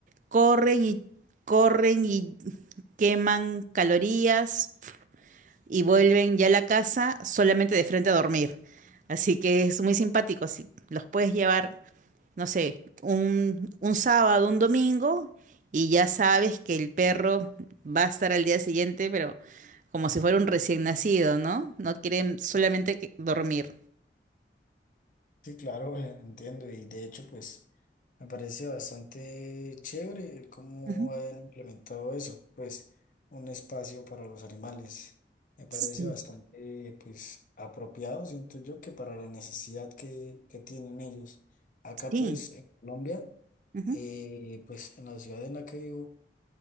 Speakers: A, on the right; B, on the left.
A: corren y corren y queman calorías y vuelven ya a la casa solamente de frente a dormir. Así que es muy simpático. Así, los puedes llevar, no sé, un, un sábado, un domingo, y ya sabes que el perro va a estar al día siguiente, pero como si fuera un recién nacido, ¿no? No quieren solamente que- dormir.
B: Sí, claro, eh, entiendo. Y de hecho, pues me parece bastante chévere el cómo
A: Ujú.
B: han implementado eso, pues un espacio para los animales. Me parece
A: Sí,
B: bastante, pues, apropiado, siento yo, que para la necesidad que, que tienen ellos. Acá,
A: sí.
B: pues, en Colombia,
A: ujú,
B: eh, pues en la ciudad en la que vivo